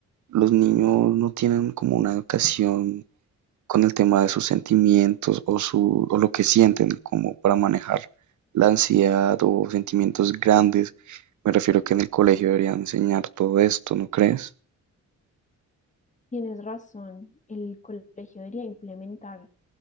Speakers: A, on the right (about 75°); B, on the left (about 25°).
A: los niños no tienen como una educación con el tema de sus sentimientos o su, o lo que sienten como para manejar la ansiedad o sentimientos grandes. Me refiero que en el colegio deberían enseñar todo esto, ¿no crees?
B: Tienes razón, el colegio debería implementar